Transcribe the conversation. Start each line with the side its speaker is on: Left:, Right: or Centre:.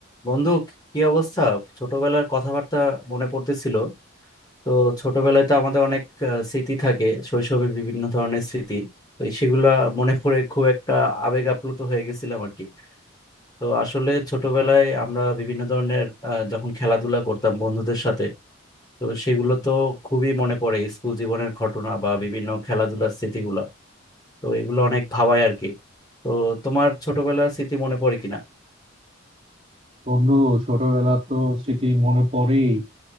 Left: বন্ধু কি অবস্থা ছোটবেলার কথাবার্তা মনে পড়তেছিল তো ছোটবেলায় তো আমাদের অনেক আহ, স্মৃতি থাকে শৈশবের বিভিন্ন ধরনের স্মৃতি তো এই সেগুলা মনে পড়ে খুব একটা আবেগ আপ্লুত হয়ে গেছিলাম আর কি তো আসলে ছোটবেলায় আমরা বিভিন্ন ধরনের আহ, যখন খেলাধুলা করতাম বন্ধুদের সাথে তো সেগুলো তো খুবই মনে পড়ে স্কুল জীবনের ঘটনা বা বিভিন্ন খেলাধুলার স্মৃতিগুলা তো এগুলো অনেক ভাবায় আর কি তো তোমার ছোটবেলার স্মৃতি মনে পড়ে কিনা
Right: বন্ধু ছোটবেলার তো স্মৃতি মনে পড়েই